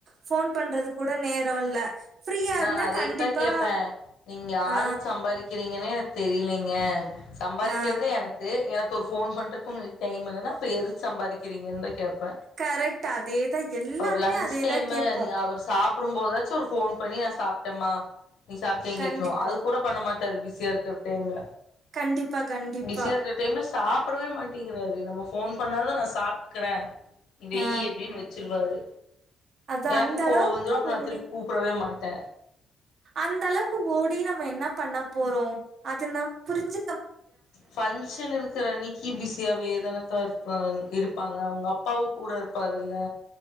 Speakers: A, on the right (about 55°); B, on the left (about 75°).
A: ஃபோன் பண்றதுக் கூட நேர இல்ல ஃப்ரீயா
B: நானு
A: இருந்தா
B: அதயத்தா
A: கண்டிப்பா
B: கேப்ப நீங்க யாருக்கு
A: ஆ,
B: சம்பாரிக்கிறிங் கனே எனக்கு தெரிலிங்க சம்பாரிக்கறதே
A: ஆ
B: எனக்கு எனக் கு ஒரு ஃபோன் பண்றக்கு உங்களுக்கு டைம் இல்லனா அப்ப எதுக்கு சம்பாரிக்கிறிங்கன்தா கேப்ப
A: கரெக்ட் அதேதான் எல்லாருமே
B: ஒரு லன்ச்
A: அதேதான்
B: டைமு
A: கேட்போம்.
B: நீ அவுர் சாப் ப்புடும் போதாச்சு ஒரு ஃபோன் பண்ணி நா சாப்டம்மா நீ சாப்டயாங்
A: கண்டிப்பா.
B: கேக்கணு அது கூட பண்ண மாட்டாரு பிஸியாருக்குற டைம்ல
A: கண்டிப்பா, கண்டிப்பா.
B: பிசியா இருக்குற டைம்ல சாப் படவே மாட்டேங்குறாரு நம்ம ஃபோன் பண்ணாலு நா சாப்ட்டுக்குற நீ வெய்யி
A: ஆ
B: அப்டினு வெச்சிருவாரு
A: அதா
B: எனக்கு
A: அந்த
B: கோவ
A: அளவுக்கு
B: வந்துரு அப்புற நா
A: ஓடி
B: திருப் கூப்டவே மாட்ட
A: அந்த அளவுக்கு ஓடி நம்ம என்ன பண்ண போறோ அதுனம் புரிஞ்சு
B: ஃபன்ஷனிருக்குற அன்னிக்கு பிஸியா வே தான <unintelligible> இருப்பாங்க அவுங்கப்பாவு கூட இருப்பாருல்ல